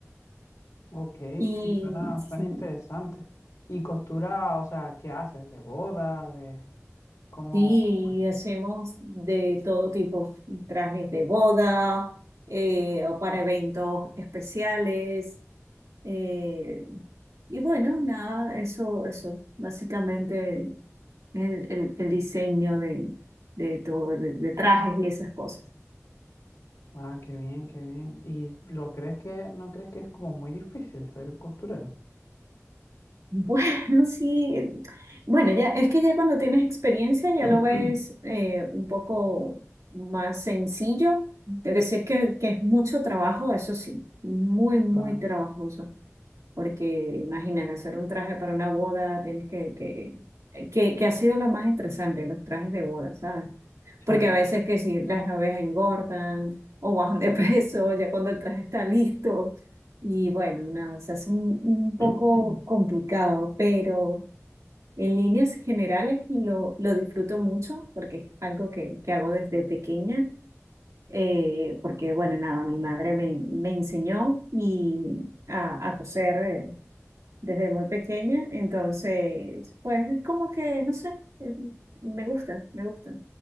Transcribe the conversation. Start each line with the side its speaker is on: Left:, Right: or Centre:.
Left: ok,
Right: Y
Left: sí, suena,
Right: sí,
Left: suena interesante. ¿Y costura, o sea, qué haces? ¿De boda? ¿De cómo,
Right: sí,
Left: cómo es?
Right: hacemos de todo tipo, trajes de boda, eh, o para eventos especiales. eh, y bueno, nada, eso, eso, básicamente el, el- el diseño de, de todo, de de trajes y esas cosas.
Left: Ah, qué bien, qué bien. ¿Y lo crees que, no crees que es como muy difícil ser costurero?
Right: Bueno, <laughs> sí. Bueno, ya es que ya cuando tienes experiencia ya
Left: <clears throat>
Right: lo ves eh, un poco más sencillo. Lo que sí es que, que es mucho trabajo, eso sí, muy, muy
Left: Claro,
Right: trabajoso porque imagínate, hacer un traje para una boda, tienes que, que, eh, que, que ha sido lo más estresante, los trajes de boda, ¿sabes? Porque
Left: sí.
Right: a veces que si las novias engordan o bajan de <laughs> peso, ya cuando el traje está listo, y bueno, nada, se hace un, un poco
Left: <clears throat>
Right: complicado, pero en líneas generales lo, lo disfruto mucho porque es algo que, que hago desde pequeña. eh, porque bueno, nada, mi madre me, me enseñó y a, a coser, eh, desde muy pequeña, entonces, pues es como que, no sé, es- me gusta, me gusta.